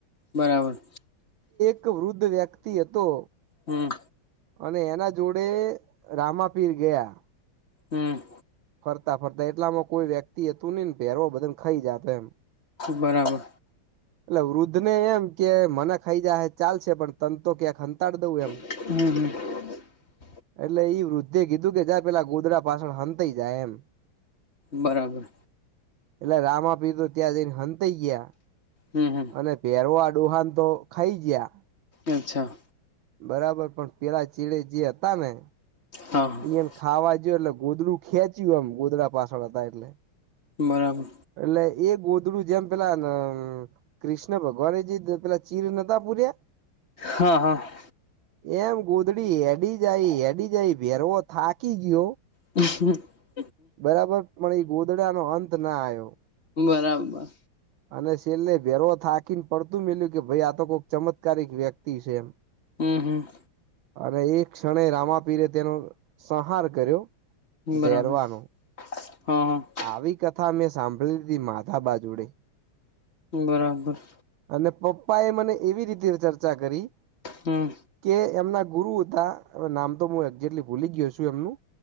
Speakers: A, on the left; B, on the right.
A: બરાબર.
B: એક વૃદ્ધ વ્યક્તિ હતો.
A: હમ
B: અને એના જોડે રામાપીર ગયા.
A: હમ.
B: ફરતા ફરતા એટલામાં કોઈ વ્યક્તિ એ હતું નહીં ને ભેહેરવો બધાને ખાઈ જાતો એમ.
A: બરાબર.
B: એટલે વૃદ્ધ ને એમ કે મને ખાઈ જાય ચાલશે પણ તંને તો ક્યાંક સંતાડી દવં એમ.
A: હમ <unintelligible>
B: એટલે એ વૃદ્ધે કીધું કે જં પેલા ગોદડાં પાછળ સંતાઈ જાય એમ.
A: બરાબર.
B: એટલે રામા પીર તો ત્યાં જઈને સંતાઈ ગયા
A: હમ હમ
B: અને પહેરવાં. ડુહાન તો ખાઈ જયા.
A: અચ્છા.
B: બરાબર પણ પેલા ચીડે જે હતા ને
A: હા હા
B: એમ ખાવા જો એટલે. ગોધડું ખેંચ્યું એમ ગોધડા પાછળ હતા એટલે
A: બરાબર
B: એટલે એ ગોદડું. ગોદડું જેમ પેલા કૃષ્ણ ભગવાન જે પેલા ચીર નોતા પૂર્યા.
A: હા હા
B: એમ ગોદડી અડી જાય અડી જાય. ભેરવો થાકી ગયો.
A: હ <unintelligible>
B: બરાબર પણ એ ગોધડાનો અંત ના આવ્યો.
A: બરાબર.
B: અને છેેલ્લે ભેરવો થાકીને પડતું મેલ્યું કે ભાઈ આ તો કોઈક ચમત્કારિક વ્યક્તિ છે. એમ.
A: હમ હમ.
B: અને એક ક્ષણે રામાપીરે તેનો સંહાર કર્યો
A: બરાબર
B: બેરવાનો
A: હા હા
B: આવી કથા મેં સાંભળી હતી માધા બા જોડે
A: બરાબર
B: અને પપ્પા એ મને એવી રીતે ચર્ચા કરી
A: હમ
B: કે એમના ગુરુ હતા નામ તો હું એક્ઝેક્ટલી ભૂલી ગયો છું. એમનું